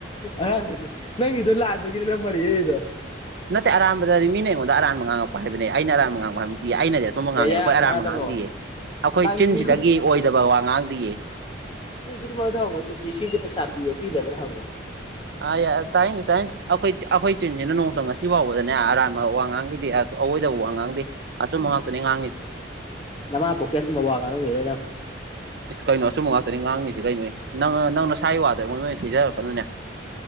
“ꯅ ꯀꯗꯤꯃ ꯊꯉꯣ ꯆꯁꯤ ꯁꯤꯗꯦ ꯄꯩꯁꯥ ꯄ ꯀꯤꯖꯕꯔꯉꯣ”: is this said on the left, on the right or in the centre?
Left